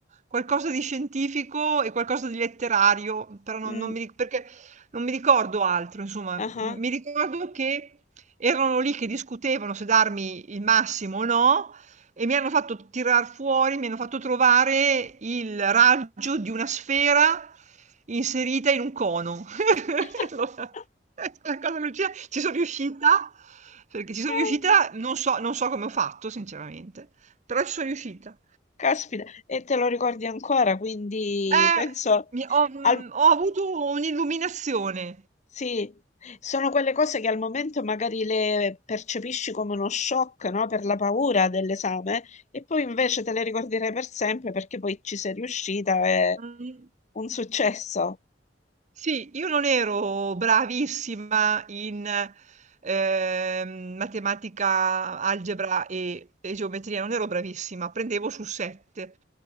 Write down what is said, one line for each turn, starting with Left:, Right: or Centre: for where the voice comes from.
Right: qualcosa di scientifico e qualcosa di letterario, però non,
Left: mm,
Right: non mi, ri- perché non mi ricordo altro, insomma,
Left: ah.
Right: mi ricordo che... erano lì che discutevano se darmi il massimo o no e mi hanno fatto tirar fuori, mi hanno fatto trovare il raggio di una sfera inserita in un cono. <laughs>
Left: <laughs>
Right: Allora, la cosa Lucia, ci sono riuscita, perché ci sono
Left: Ah,
Right: riuscita, non so, non so come ho fatto, sinceramente, però ci sono riuscita.
Left: Caspita, e te lo ricordi ancora, quindi
Right: Eh,
Left: penso
Right: mi- ho, mm,
Left: al,
Right: ho avuto un'illuminazione.
Left: Sì, sono quelle cose che al momento magari le percepisci come uno shock, no? Per la paura dell'esame e poi invece te le ricorderai per sempre perché poi ci sei riuscita, è
Right: Mm.
Left: un successo.
Right: Sì, io non ero bravissima in, ehm, matematica, algebra e, e geometria, non ero bravissima, prendevo su 7.